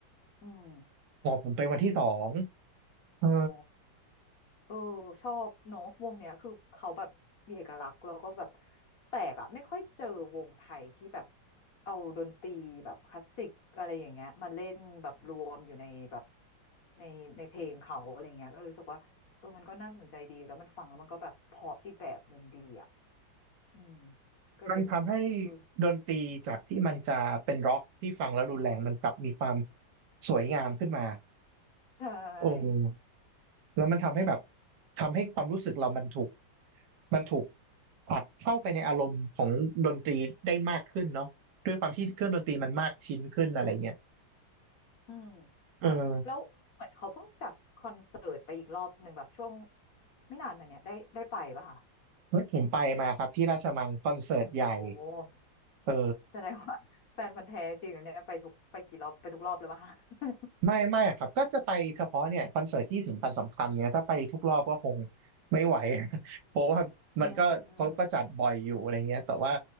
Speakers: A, on the left; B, on the right.
A: อืม
B: อ๋อผมไปวันที่สองเออ
A: อ๋อ เออชอบเนาะวงเนี้ยคือเขาแบบมีเอกลักษณ์แล้วก็แบบแปลกอะไม่ค่อยเจอวงไทยที่แบบเอาดนตรีแบบคลาสสิกอะไรอย่างเงี้ยมาเล่นแบบรวมอยู่ในแบบในในเพลงเขาอะไรเงี้ยก็รู้สึกว่าเออมันก็น่าสนใจดีแล้วมันฟังแล้วมันก็แบบเพราะอีกแบบหนึ่งดีอ่ะอืมก็เลยรู้สึกแบบเออ
B: มันทำให้ดนตรีจากที่มันจะเป็นร็อกที่ฟังแล้วรุนแรงมันกลับมีความสวยงามขึ้นมา
A: ใช่
B: โอ้แล้วมันทำให้แบบทำให้ความรู้สึกเรามันถูกมันถูกผลักเข้าไปในอารมณ์ของดนตรีได้มากขึ้นเนาะด้วยความที่เครื่องดนตรีมันมากชิ้นขึ้นอะไรเงี้ย
A: อืม
B: เออ
A: ค่ะแล้วเหมือนเขาเพิ่งจัดคอนเสิร์ตไปอีกรอบหนึ่งแบบช่วงไม่นานมาเนี้ยได้ได้ไปปะคะ
B: เฮ้ยผมไปมาครับที่ราชมังคอนเสิร์ตใหญ่
A: โอ้
B: เออ
A: แสดงว่า <laughs> แฟนพันธุ์แท้จริงเหรอเนี่ยไปทุกไปกี่รอบไปทุกรอบเลยปะคะ <laughs>
B: ไม่ไม่ครับก็จะไปเฉพาะเนี่ยคอนเสิร์ตที่สำคัญสำคัญเนี่ยถ้าไปทุกรอบก็คงไม่ไหว <laughs> เพราะว่ามันก็เขาก็จัดบ่อยอยู่อะไรเงี้ยแต่ว่า
A: อืมอืม